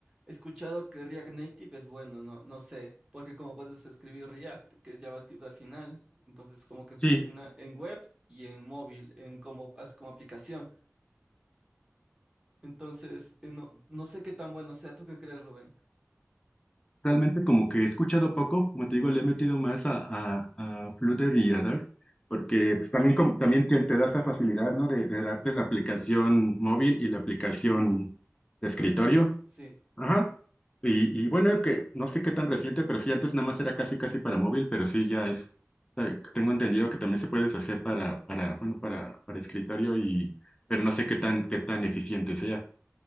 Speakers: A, on the right (about 15°); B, on the left (about 15°).
A: he escuchado que React Native es bueno, no, no sé, porque como puedes escribir React, que es JavaScript al final, entonces como que
B: Sí,
A: funciona en web y en móvil, en como, as- como aplicación. Entonces, eh, no, no sé qué tan bueno sea. ¿Tú qué crees, Rubén?
B: realmente como que he escuchado poco, como te digo, le he metido más a, a, a Flutter y a Dart, porque pues, también, como- también te, te da esa facilidad, ¿no? De, de darte la aplicación móvil y la aplicación de escritorio.
A: Web, sí,
B: Ajá. Y, y bueno, que no sé qué tan reciente, pero sí, antes nada más era casi casi para móvil, pero sí ya es, eh, tengo entendido que también se puede hacer para, para, bueno, para, para escritorio y, pero no sé qué tan, qué tan eficiente sea.